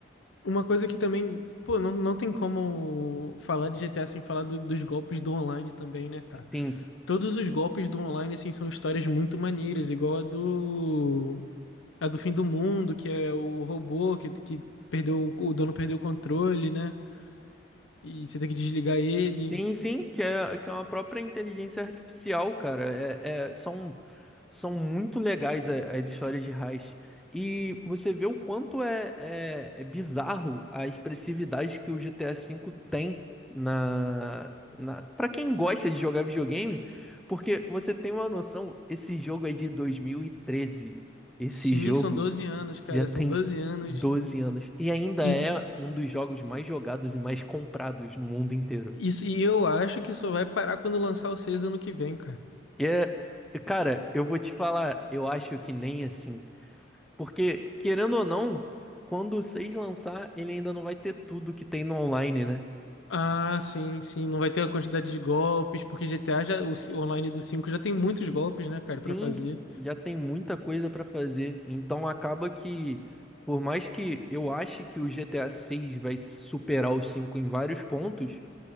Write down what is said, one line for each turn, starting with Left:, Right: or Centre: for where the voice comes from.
Left: Uma coisa que também, pô, não, não tem como falar de GTA sem falar do- dos golpes do online também, né, cara?
Centre: Sim.
Left: Todos os golpes do online, assim, são histórias muito maneiras, igual a do. A do fim do mundo, que é o robô que, que perdeu. O dono perdeu o controle, né? E você tem que desligar ele.
Centre: Sim, sim, que é, que é uma própria inteligência artificial, cara. É, é- são, são muito legais a- as histórias de Heist. E você vê o quanto é, é, é bizarro a expressividade que o GTA V tem na, na... Para quem gosta de jogar videogame, porque você tem uma noção, esse jogo é de dois mil e treze Esse
Left: Sim,
Centre: jogo
Left: são 12 anos, cara,
Centre: já tem
Left: são doze anos.
Centre: 12 anos. E ainda
Left: E,
Centre: é um dos jogos mais jogados e mais comprados no mundo inteiro.
Left: isso, e eu acho que só vai parar quando lançar o seis ano que vem, cara.
Centre: É, cara, eu vou te falar, eu acho que nem assim. Porque, querendo ou não, quando o 6 lançar, ele ainda não vai ter tudo que tem no online, né?
Left: Ah, sim, sim, não vai ter a quantidade de golpes, porque GTA já, o ci- o online do cinco já tem muitos golpes, né, cara, pra
Centre: Sim,
Left: fazer.
Centre: já tem muita coisa pra fazer. Então acaba que, por mais que eu ache que o GTA 6 vai superar o 5 em vários pontos,